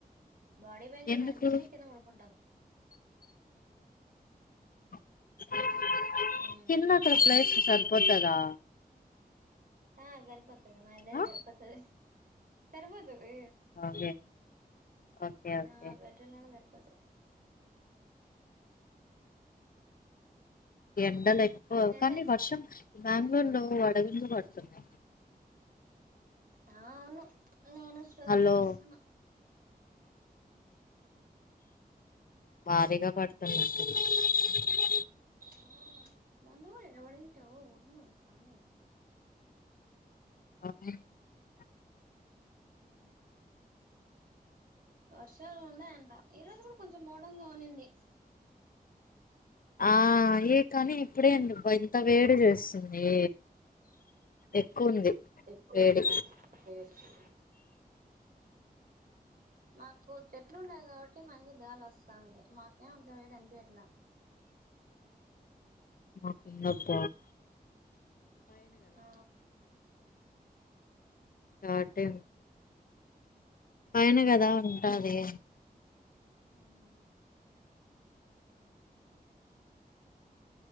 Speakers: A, on the right; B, on the left.
A: బాడీ పేన్స్
B: ఎందుకు
A: అట్లనిపిస్తే కింద పడుకుంటాం
B: <inaudible>
A: ఉమ్
B: కిందక్కడ ప్లేస్ సరిపోతుదా
A: ఆ సరిపోతది మాదే
B: ఆ
A: సరిపోతది హ్ సరిపోత అవే
B: ఓకే ఓకే ఓకే
A: ఆ వెటన పడ్డై
B: ఎండలెక్కువ
A: అదే
B: కానీ వర్షం ఈ బ్యాంగుళూర్లో వడగండ్లు పడుతున్నై
A: ఆ అవును నేను స్టోరీల్
B: హలో
A: జూస్సున్న
B: భారీగా పడతన్న <inaudible>
A: ఆ మొన్నగూడ ఎవడింటవ్ ఉరుములు సామీ
B: <unintelligible>
A: ఉమ్మ్ వర్షాలు ఉన్నాయంట ఈ రోజు కూడా కొంచెం మోఢంగా ఉండింది.
B: ఆ ఏ కానీ ఇప్పుడేంది అబ్బ ఇంత వేడి చేస్తుందీ. ఎక్కువ ఉంది
A: ఎక్కువుంది
B: వేడి
A: వేడి మాకు చెట్లు ఉండయి కాబట్టి మంచి గాలి వస్తుంది మాకేం అంత వేడి అనిపియట్ల
B: మాకుందబ్బ
A: ఆ
B: కాబట్టి పైన కదా ఉంటాది.
A: ఉమ్మ్